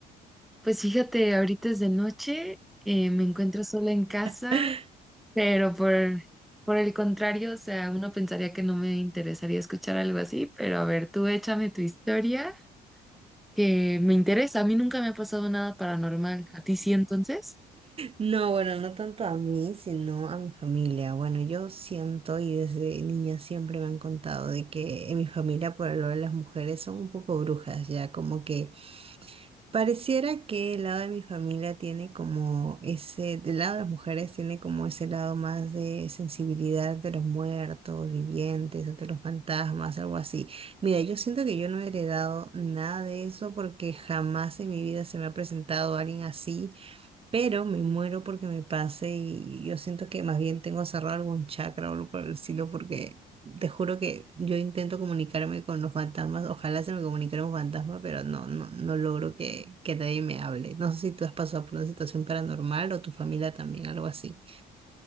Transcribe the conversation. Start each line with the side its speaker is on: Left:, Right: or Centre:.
Centre: Pues fíjate, ahorita es de noche, eh, me encuentro sola en casa,
Right: <laughs>
Centre: pero por, por el contrario, o sea, uno pensaría que no me interesaría escuchar algo así, pero a ver, tú échame tu historia, que me interesa. A mí nunca me ha pasado nada paranormal. ¿A ti sí entonces?
Right: No, bueno, no tanto a mí, sino a mi familia. Bueno, yo siento y desde niña siempre me han contado de que en mi familia por lo de las mujeres son un poco brujas, ya como que Pareciera que el lado de mi familia tiene como ese, del lado de las mujeres tiene como ese lado más de sensibilidad ante los muertos, vivientes, ante los fantasmas, algo así. Mira, yo siento que yo no he heredado nada de eso porque jamás en mi vida se me ha presentado alguien así pero me muero porque me pase y yo siento que más bien tengo cerrado algún chakra o algo por el estilo porque te juro que yo intento comunicarme con los fantasmas, ojalá se me comunicara un fantasma, pero no, no, no logro que, que nadie me hable. No sé si tú has pasado por una situación paranormal o tu familia también, algo así.